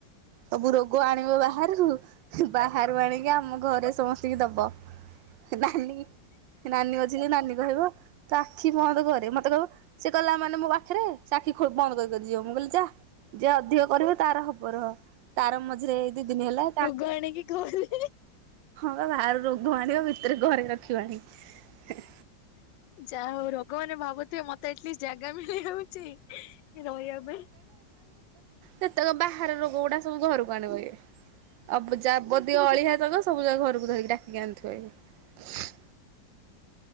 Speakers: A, on the right (about 90°); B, on the left (about 80°).
A: ସବୁ ରୋଗ ଆଣିବ ବାହାରୁ ବାହାରୁ ଆଣିକି ଆମ ଆମ ଘରେ ସମସ୍ତଙ୍କୁ ଦବ ନାନି ନାନି ଅଛି ଯେ ନାନି କହିବ ତ ଆଖି ବନ୍ଦ କରେ ମତେ କହିବ ସେ କଲା ମାନେ ମୋ ପାଖରେ ଆଖି ବନ୍ଦ କରି କରି ଯିବ ମୁଁ କହିଲି ଯା ଯା ଅଧିକ କରିବ ତାର ହବ ରହ ତାର ମଜା ଯଉ ଦି ଦିନି ହେଲା।
B: ଗଣି କି କହିବି।
A: ବ ବାହାରୁ ରୋଗ ଆଣିବ ଭିତରେ ଘରେ ରଖିବ ଆଣିକି। ହେଁ
B: ଯାହା ହଉ ରୋଗମାନେ ଭାବୁଥିବେ ମତେ ଆଟଲିଷ୍ଟ ଜାଗା ମିଳ୍ କି ହେଉଚି କି ରହିବା ପାଇଁ।
A: ସେତେକ ବାହାର ରୋଗ ଗୁଡା ସବୁ ଘରକୁ ଆଣିବ ଇଏ। ଆବ୍ ଯାବତୀୟ ଅଳିଆ ତକ ସବୁ ଜାକ ଘରକୁ ଧରିକି ଡାକି କି ଆଣିଥୁଆ ଇଏ।